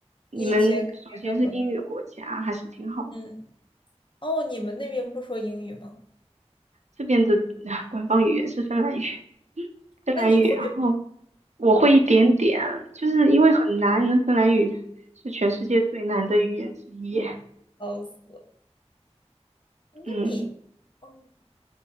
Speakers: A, on the right; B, on the left.
A: 你们首先是英语国家，
B: 以前肯定是很好。
A: 还是挺好的。
B: 嗯，哦，你们那边不说英语吗？
A: 这边的 <laughs> 官方语言是芬兰语。芬兰语，
B: 那你会吗
A: 然后我会一点点，就是因为很难，芬兰语是全世界最难的语言之一。
B: 笑死。那你，
A: 嗯
B: 哦，